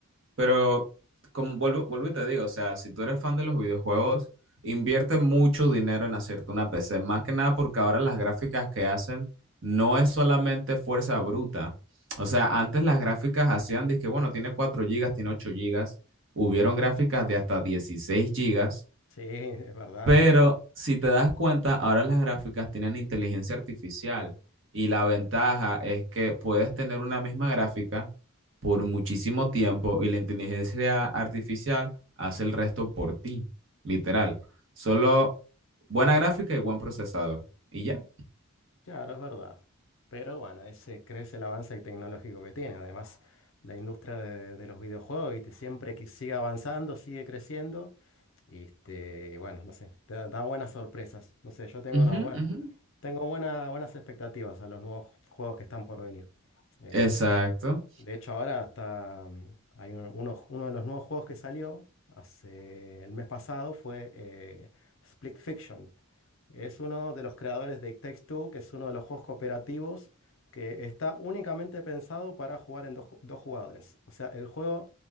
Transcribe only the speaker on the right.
Pero, como vuelvo, vuelvo y te digo, o sea, si tú eres fan de los videojuegos, invierte mucho dinero en hacerte una PC, más que nada porque ahora las gráficas que hacen no es solamente fuerza bruta. O sea, antes las gráficas hacían, dizque, bueno, tiene cuatro gigas tiene ocho gigas hubieron gráficas de hasta dieciséis gigas
pero si te das cuenta, ahora las gráficas tienen inteligencia artificial y la ventaja es que puedes tener una misma gráfica por muchísimo tiempo y la inteligencia artificial hace el resto por ti, literal. Solo buena gráfica y buen procesador. Y ya.
Ujú,
ujú.
Exacto.